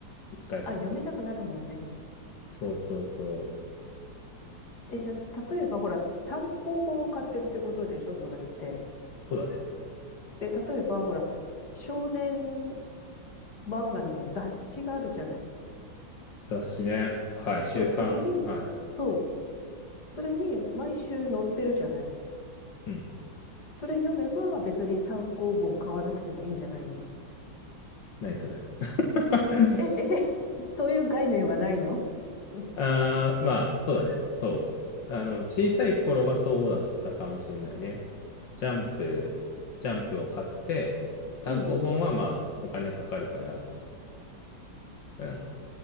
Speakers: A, on the left; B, on the left.
A: 一回買ったら。
B: あ、読みたくなるもんね。
A: そうそうそう。
B: え、じゃあ、例えばほら、単行本を買ってるってことでしょそれって。
A: そうだね。
B: で、例えばほら、少年漫画のほら、雑誌があるじゃない。
A: 雑誌ね。はい。週刊。
B: そう、そこに、
A: はい。
B: そう、それに毎週載ってるじゃない。
A: うん。
B: それ読めば別に単行本買わなくてもいいんじゃないの
A: 何それ。<laughs>
B: <laughs> え、え、<laughs> そういう概念はないの <laughs>
A: あー、まあ、そうだね。そう。あの、小さい頃はそうだったかもしれないね。ジャンプ、ジャンプを買って、単行本はまあ、
B: うん。
A: お金かかるから、うん。